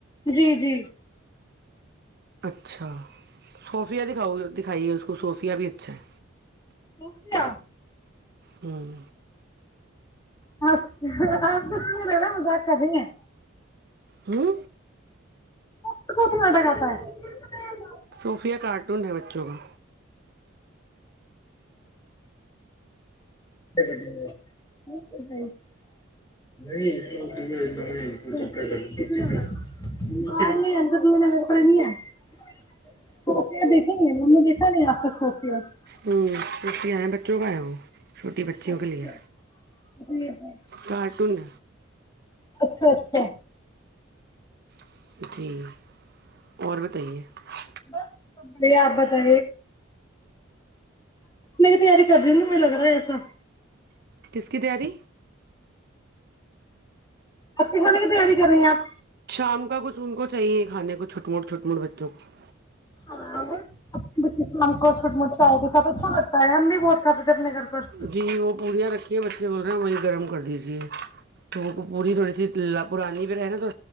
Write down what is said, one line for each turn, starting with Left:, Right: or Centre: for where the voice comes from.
Left: جی جی
Right: اچھا صوفیا دکھاؤ دکھائی ہے اس کو تو صوفیہ بھی اچھا ہے
Left: ا ن <inaudible>
Right: ہوں
Left: چ آپ تو نہیں ل رہا مذاق کر رہی ہیں
Right: ہوں
Left: ک کس مٹا کھتاا ہے <inaudible>
Right: صوفیہ کارٹون ہے بچوں کا
Left: دیکھا نہیں آپ
Right: ہوں اس پ آئے بچوں بایا وہ چھوٹی بچیوں
Left: اچھا
Right: کے لیے
Left: جی جی
Right: کارٹڈ
Left: اچھا اچھا
Right: <inaudible>
Left: ب بڑی آبت ہے نہیں تیاری کر دوںی مج لگ رہا ہے ایسا
Right: کس کی تیاری
Left: اچے کھانے کی تیاری کر رہی ہیں آپ
Right: کام کا کچھ ان کو چاہیے کھانے کو چھوٹ موٹ چھوٹ موٹ بچوں کو
Left: ہاں ش کوٹٹال کے ساتھ اچھا لگتا ہے ہم بھی بہت کھاتے تھے اپنے گھر پر
Right: جی وہ پوریا رکھیے بچے بول رہے ہیں وہی گرم کر دیجیے <inaudible> س کو پوری تھوڑی سی تلا پرانی رہ نا تو